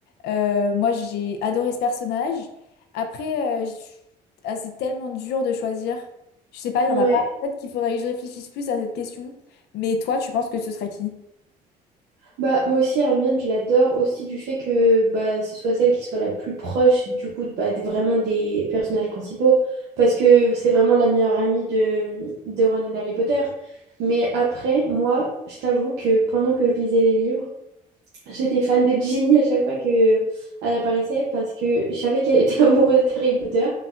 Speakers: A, on the left; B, on the right.
A: Euh, moi, j'ai adoré ce personnage. Après, euh, je- ah, c'est tellement dur de choisir. Je sais pas, il y
B: Ouais.
A: en a pas. Peut-être qu'il faudrait que je réfléchisse plus à cette question. Mais toi, tu penses que ce serait qui?
B: Bah, moi aussi, Hermione, je l'adore aussi du fait que bah, ce soit celle qui soit la plus proche du coup bah, des- vraiment des personnages principaux parce que c'est vraiment la meilleure amie de, de Ron et d'Harry Potter. Mais après, moi, je t'avoue que pendant que je lisais les livres, J'étais fan de Ginny à chaque fois que elle apparaissait parce que je savais qu'elle était <laughs> amoureuse d'Harry Potter.